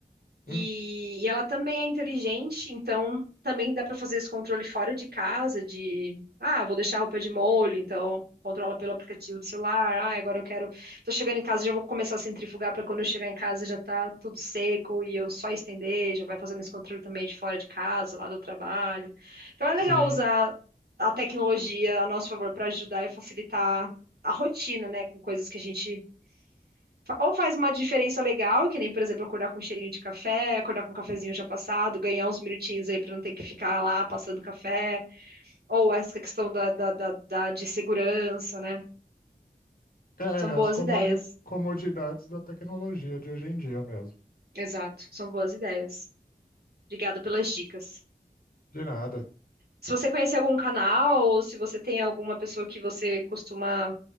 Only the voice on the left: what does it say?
Hum,
Sim,
É,
as comodi-
comodidades da tecnologia de hoje em dia mesmo.
De nada.